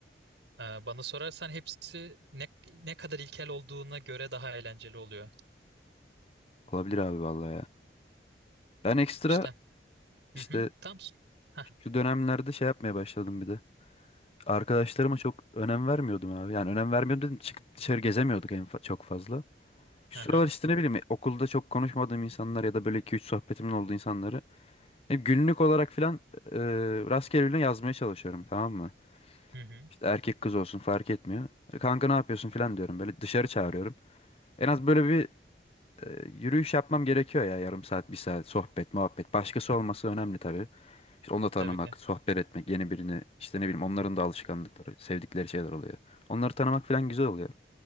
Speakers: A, on the right (about 80°); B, on the left (about 35°).
A: Ee, Bana sorarsan hepsi ne, ne kadar ilkel olduğuna göre daha eğlenceli oluyor.
B: Olabilir abi vallahi ya. Ben ekstra
A: İşte.
B: işte
A: Hı hı. Tam. s- Hah.
B: şu dönemlerde şey yapmaya başladım bir de. arkadaşlarıma çok önem vermiyordum abi. Yani önem vermiyordum dedim çıkıp dışarı gezemiyorduk en fa- çok fazla. Şu
A: Aha.
B: sıralar işte ne bileyim okulda çok konuşmadığım insanlar ya da böyle iki üç sohbetimin olduğu insanları hep günlük olarak filan e, rastgele yazmaya çalışıyorum tamam mı?
A: Hı hı.
B: İşte erkek kız olsun fark etmiyor. E, Kanka ne yapıyorsun
A: Hı
B: filan
A: hı.
B: diyorum böyle dışarı çağırıyorum. En az böyle bir e, yürüyüş yapmam gerekiyor ya yarım saat bir saat sohbet muhabbet. Başkası olması önemli tabii. İşte onu da tanımak,
A: Tabii ki.
B: sohbet etmek, yeni birini işte ne bileyim onların da alışkanlıkları, sevdikleri şeyler oluyor. Onları tanımak falan güzel oluyor.